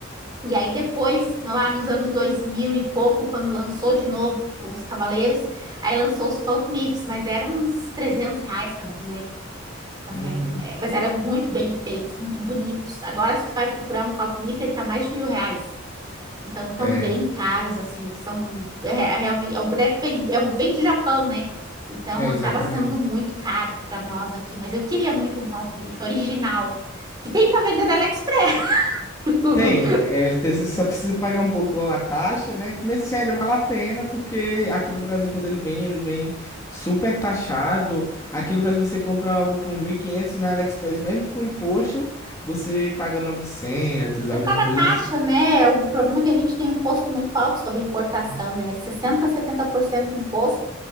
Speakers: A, on the right (about 20°); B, on the left (about 15°).
A: E aí depois, lá nos anos 2000 e pouco, quando lançou de novo os Cavaleiros, aí lançou os Cult Myths, mas eram uns 300 reais cada boneco também.
B: Uhum.
A: É, mas eram muito bem feitos, muito bonitos. Agora, se tu vai procurar um Cult Myth, ele tá mais de mil reais. Então, tão
B: É,
A: bem caros, assim, eles são... É, é realmente, é um boneco que vem, é um, vem do Japão, né? Então,
B: é
A: acaba
B: exatamente.
A: sendo muito caro para nós aqui. Mas eu queria muito um Cult Myth original, que tem para vender na AliExpress. <laughs>
B: Tem, é, você só precisa pagar um pouco a taxa, né? Que Mesmo assim, ainda vale a pena, porque aqui no Brasil, quando ele vem, ele vem super taxado. Aqui no Brasil, você compra algo por 1.500 na AliExpress, mesmo com imposto, você paga 900 alguma
A: É por causa
B: coisa
A: da taxa,
B: assim.
A: né? O problema é que a gente tem um imposto muito alto sobre importação,
B: Uhum.
A: né? 60, 70% de imposto.